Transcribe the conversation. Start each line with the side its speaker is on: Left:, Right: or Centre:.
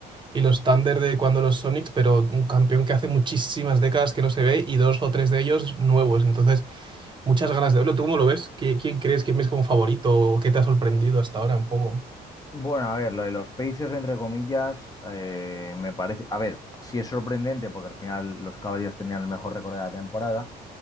Right: y los Thunder de cuando los Sonics, pero un campeón que hace muchísimas décadas que no se ve y dos o tres de ellos nuevos. Entonces, muchas ganas de verlo. ¿Tú cómo lo ves? ¿Qui- ¿Quién crees que ves como favorito o qué te ha sorprendido hasta ahora un poco?
Left: Bueno, a ver, lo de los Pacers, entre comillas, eh, me parece. A ver, sí es sorprendente porque al final los Cavaliers tenían el mejor récord de la temporada,